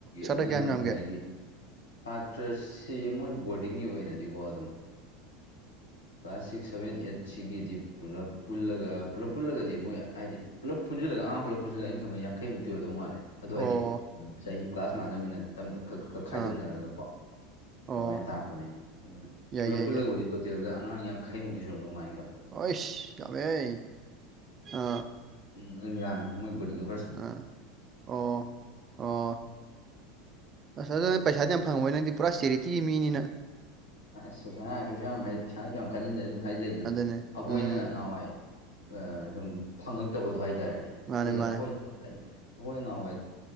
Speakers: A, on the right; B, on the left.
A: ꯁꯕꯖꯦꯛ
B: ꯑꯗꯨꯅ
A: ꯀꯌꯥꯝ
B: ꯉꯁꯥꯏꯒꯤ
A: ꯌꯥꯝꯒꯦ
B: ꯁꯥꯇ꯭ꯔ ꯁꯤ ꯃꯣꯏ ꯕꯣꯔꯗꯤꯡꯒꯤ ꯑꯣꯏꯅꯗꯤꯀꯣ ꯑꯗꯨꯝ ꯀ꯭ꯂꯥꯁ ꯁꯤꯛꯁ ꯁꯚꯦꯟ ꯑꯩꯠꯁꯤꯒꯤꯗꯤ ꯄꯨꯂꯞ ꯄꯨꯜꯂꯒ ꯄꯨꯂꯞ ꯄꯨꯜꯂꯒꯗꯤ ꯃꯣꯏ ꯍꯥꯏꯗꯤ ꯄꯨꯂꯞ ꯄꯨꯟꯜꯂꯒ ꯑꯥ ꯄꯨꯂꯞ ꯄꯨꯟꯜꯂ ꯑ ꯈꯝꯕꯩ ꯌꯥꯡꯩꯃꯨꯛꯇ ꯑꯣꯏꯔꯗꯧ ꯃꯥꯂꯦ ꯑꯗꯨ ꯍꯥꯏꯗꯤ
A: ꯑꯣ
B: ꯆꯍꯤ ꯀ꯭ꯂꯥꯁ ꯃꯥꯟꯅꯕꯃꯤꯅ ꯈꯥꯏꯗꯣꯛꯅꯔꯒ
A: ꯑꯥ
B: ꯀꯣ
A: ꯑꯣ
B: ꯑꯗꯨꯃꯥꯏꯅ ꯇꯥꯛꯔꯄꯅꯦꯕ ꯑꯗꯨ
A: ꯌꯥꯏ
B: ꯄꯨꯂꯞ
A: ꯌꯥꯏ
B: ꯄꯨꯜꯂꯒꯕꯨꯗꯤ
A: ꯌꯥꯏ
B: ꯇꯣꯇꯦꯜꯗ ꯑꯉꯥꯡ ꯌꯥꯡꯩꯃꯨꯛꯇꯤ ꯁꯨ ꯅꯣꯡꯃꯥꯏꯅ ꯈꯪꯗ꯭ꯔꯥ
A: ꯑꯣꯏꯣꯏꯁ ꯌꯥꯃꯦ ꯑ
B: ꯎꯝ ꯑꯗꯨꯝ ꯌꯥꯝꯃꯦ ꯃꯣꯏꯕꯨꯔꯤꯗ
A: ꯑ ꯑꯣ ꯑꯣ ꯑꯁ ꯑꯗꯨ ꯅꯪ ꯄꯩꯁꯥꯗꯤ ꯌꯥꯝ ꯐꯪꯉꯝꯃ‌ꯣꯏ ꯅꯪꯗꯤ ꯄꯨꯔꯥ ꯆꯦꯔꯤꯇꯤꯒꯤ ꯃꯤꯅꯤꯅ
B: ꯑ ꯑꯁ ꯄꯩꯁꯥ ꯀꯩꯁꯨ ꯌꯥꯝ ꯍꯥꯏꯗꯤ ꯄꯩꯁꯥꯏꯁꯨ ꯌꯥꯝ ꯈꯟꯖꯤꯟꯗꯔ‌ꯦ ꯗꯨꯝ ꯍꯥꯏꯗꯤ ꯂꯩꯗꯅ
A: ꯑꯗꯨꯅꯦ
B: ꯑꯩꯈꯣꯏꯅ
A: ꯎꯝ
B: ꯅꯍꯥꯟꯋꯥꯏ ꯁꯨꯝ ꯐꯪꯉꯛꯇꯕꯗꯣ ꯍꯥꯏꯇꯥꯔꯦꯅꯦ
A: ꯃꯥꯅꯦ
B: ꯑꯩꯈꯣꯏꯗ
A: ꯃꯥꯅꯦ
B: ꯑꯩꯈꯣꯏ ꯍꯥꯏꯗꯤ ꯑꯩꯈꯣꯏ ꯅꯍꯥꯟꯋꯥꯏ